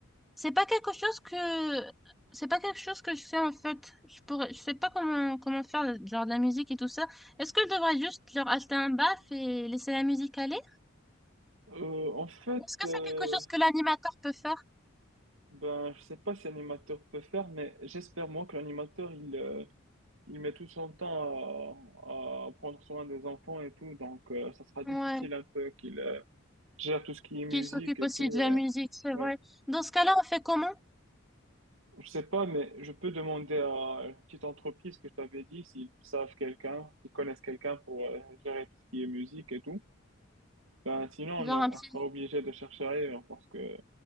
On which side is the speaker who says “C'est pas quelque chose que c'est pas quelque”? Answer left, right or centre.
Centre